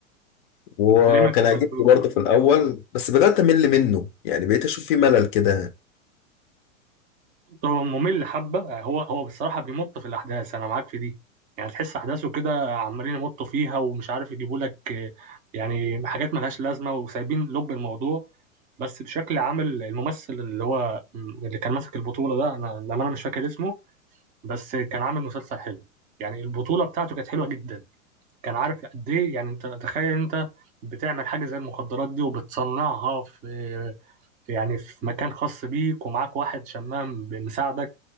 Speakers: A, on the left; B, on the right.
A: وكان
B: طب ليه ما كملتوش
A: عاجبني برضه في الأول بس بدأت أمل منه يعني بقيت أشوف فيه ملل كده
B: هو ممل حبة هو هو بصراحة بيمط في الأحداث أنا معاك في دي يعني تحس أحداثه كده عمالين يمطوا فيها ومش عارف يجيبوا لك يعني حاجات ملهاش لازمة وسايبين لب الموضوع بس بشكل عام الممثل اللي هو اللي كان ماسك البطولة ده أنا لما أنا مش فاكر اسمه بس كان عامل مسلسل حلو يعني البطولة بتاعته كانت حلوة جدا كان عارف قد إيه يعني أنت تخيل أنت بتعمل حاجة زي المخدرات دي وبتصنعها في يعني في مكان خاص بيك ومعاك واحد شمام بمساعدك